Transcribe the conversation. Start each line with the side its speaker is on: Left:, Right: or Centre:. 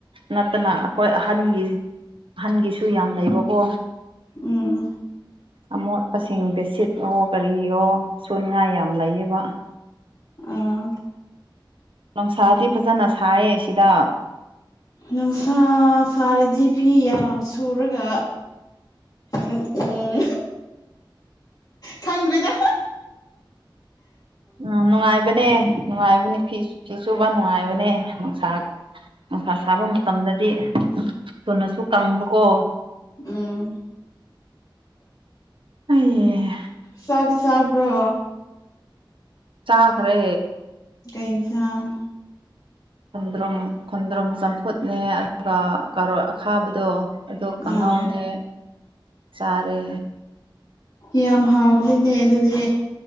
Right: ꯅꯠꯇꯅ ꯑꯩꯈꯣꯏ ꯑꯍꯟꯒꯤ ꯑꯍꯟꯒꯤꯁꯨ ꯌꯥꯝ ꯂꯩꯕꯀꯣ
Left: ꯎꯝ
Right: ꯑꯃꯣꯠꯄꯁꯤꯡꯗ ꯁꯤꯠ ꯑꯣ ꯀꯔꯤ ꯑꯣ ꯁꯨꯅꯤꯡꯉꯥꯏ ꯌꯥꯝ ꯂꯩꯌꯦꯕ
Left: ꯑꯥ
Right: ꯅꯨꯡꯁꯥꯗꯤ ꯐꯖꯅ ꯁꯥꯏꯌꯦ ꯁꯤꯗ
Left: ꯅꯨꯡꯁꯥ ꯁꯥꯔꯗꯤ ꯐꯤ ꯌꯥꯝ ꯁꯨꯔꯒ ꯎꯝ ꯎꯝ ꯈꯪꯗ꯭ꯔꯦꯗ
Right: ꯎꯝ ꯅꯨꯡꯉꯥꯏꯕꯅꯦ ꯅꯨꯡꯉꯥꯏꯕꯅꯦ ꯐꯤ ꯐꯤ ꯁꯨꯕ ꯅꯨꯡꯉꯥꯏꯕꯅꯦ ꯅꯨꯡꯁꯥ ꯅꯨꯡꯁꯥ ꯁꯥꯕ ꯃꯇꯝꯗꯗꯤ ꯊꯨꯅꯁꯨ ꯀꯪꯕꯀꯣ
Left: ꯎꯝ
Right: ꯑꯩꯅꯦ
Left: ꯆꯥꯗꯤ ꯆꯥꯕ꯭ꯔꯣ
Right: ꯆꯥꯈ꯭ꯔꯦ
Left: ꯀꯩ ꯁꯥꯡ
Right: ꯈꯣꯟꯗ꯭ꯔꯨꯝ ꯈꯣꯟꯗ꯭ꯔꯨꯝ ꯆꯝꯐꯨꯠꯅꯦ ꯑꯗꯨꯒ ꯀꯥꯔꯣꯠ ꯑꯈꯥꯕꯗꯣ ꯑꯗꯣ ꯀꯥꯡꯉꯥꯎꯅꯦ
Left: ꯎꯝ
Right: ꯆꯥꯔꯦ
Left: ꯌꯥꯝ ꯍꯥꯎꯕꯅꯤꯅꯦ ꯑꯗꯨꯗꯤ